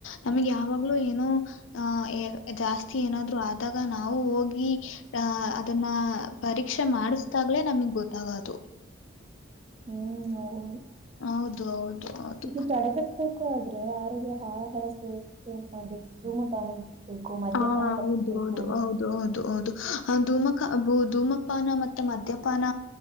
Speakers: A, on the left (about 75°); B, on the right (about 30°).
A: ನಮಗೆ ಯಾವಾಗ್ಲೂ ಏನೋ ಆ ಜಾಸ್ತಿ ಏನಾದ್ರು ಆದಾಗ ನಾವು ಹೋಗಿ ಆ ಅದನ್ನ ಪರ ಪರಿಕ್ಷೆ ಮಾದಿಸ್ತಾಗಲೇ ನಮಗ್ ಗೊತ್ತಾಗೋದು
B: ಹ್ಮ್ ಹೌದು
A: ಹೌದು ಹೌದು ಹೌದು
B: ಇದು ತಡೆಗಟ್ಬೇಕು ಆದ್ರೆ ಆರೋಗ್ಯ ಆಹಾರ ಸೇವ ಸೇವನೆ ಮಾಡ್ಬೇಕು ಧೂಮಪಾನ ಬಿಡಿಸ್ಬೇಕು ಮದ್ಯಪಾನ
A: ಹಾ
B: ತಪ್ಪಿಸ್ಬೇಕು
A: ಹೌದು ಹೌದು ಹೌದು ಹೌದು ಹೌದು ಧೂಮಕ ಧೂಮ ಪಾನ ಮತ್ತೆ ಮದ್ಯಪಾನ